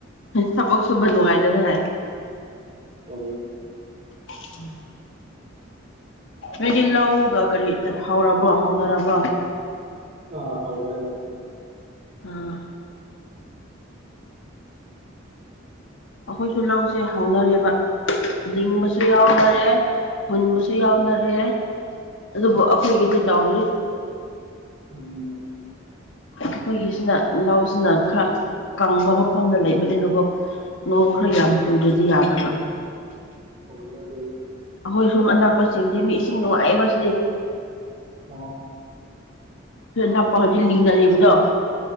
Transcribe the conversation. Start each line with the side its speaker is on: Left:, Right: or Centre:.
Left: ꯊꯕꯛ ꯁꯨꯕ ꯅꯨꯡꯉꯥꯏꯒꯗꯔꯥ
Right: ꯑꯣ
Left: ꯎꯝ ꯑꯩꯗꯤ ꯂꯧꯒ ꯀꯔꯤ ꯍꯧꯔꯕ꯭ꯔꯣ ꯍꯧꯅꯔꯕ꯭ꯔꯣ
Right: ꯑ ꯍꯧꯔꯦ ꯂꯧ
Left: ꯑ ꯑꯩꯈꯣꯏꯁꯨ ꯂꯧꯁꯦ ꯍꯧꯅꯔꯦꯕ ꯂꯤꯡꯕ ꯌꯥꯑꯣꯅꯔꯦ
Right: ꯎꯝ
Left: ꯍꯨꯟꯕꯁꯨ ꯌꯥꯎꯅꯔꯦ ꯑꯗꯨꯕꯨ ꯑꯩꯈꯣꯏꯒꯤꯗꯤ ꯇꯧꯗ꯭ꯔꯤ
Right: ꯎꯝ
Left: ꯑꯩꯈꯣꯏꯒꯤꯁꯤꯅ ꯂꯧꯁꯤꯅ ꯈꯔ ꯀꯪꯕ ꯃꯐꯝꯗ ꯂꯩꯕꯅꯤꯅꯀꯣ ꯅꯣꯡ ꯈꯔ
Right: ꯑꯣ
Left: ꯌꯥꯝ ꯆꯨꯗ꯭ꯔꯗꯤ ꯌꯥꯗꯕ <inaudible>
Right: ꯍ
Left: ꯑꯩꯈꯣꯏ ꯁꯨꯝ ꯑꯅꯛꯄꯁꯤꯡꯗꯤ ꯃꯤ ꯑꯁ
Right: ꯑꯣ
Left: ꯐꯅꯄꯥ ꯍꯧꯖꯤꯛ ꯂꯤꯡꯅꯅꯤꯕꯗꯥꯣꯑꯣ